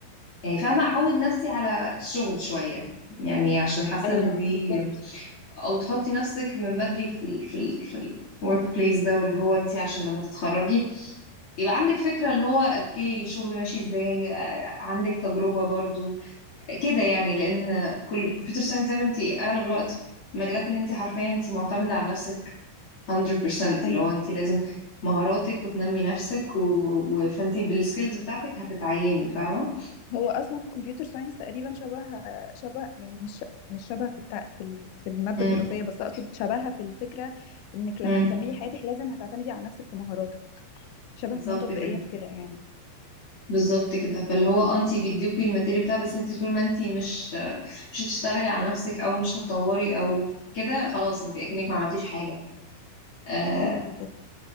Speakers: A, on the left; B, on the left.
A: يعني فاهمه اعود نفسي على الشغل شويه يعني عشان حاسه
B: ايوه
A: ان دي
B: بالظبط
A: او تحطي نفسك من بدري في ال في ال في الورك بليس ده واللي هو انت عشان لما تتخرجي يبقى عندك فكره اللي هو اوكي الشغل ماشي ازاي آه، عندك تجربه برضو كده يعني لان كل كمبيوتر ساينس زي ما انت اغلب الوقت المجالات اللي انت حرفيا انت معتمده على نفسك 100% اللي
B: ايوه
A: هو انت لازم مهاراتك وتنمي نفسك و... و... فانت بالسكيلز بتاعتك هتتعيني فاهمه
B: هو اصلا كمبيوتر ساينس تقريبا شبه شبه يعني مش مش شبه في التع... في ال- في المادة
A: امم
B: الدراسية بس اقصد شبهها في الفكرة انك لما
A: امم
B: تكملي حياتك لازم هتعتمدي على نفسك في مهاراتك شبه
A: بالظبط
B: فنون تطبيقية
A: كده
B: في كده يعني
A: بالظبط كده فاللي هو انت بيديكي الماتيريال بتاع بس انت طول ما انت مش مش هتشتغلي على نفسك او مش هتطوري او كده خلاص انت اكنك ما عملتيش حاجه آه
B: ايوه بالظبط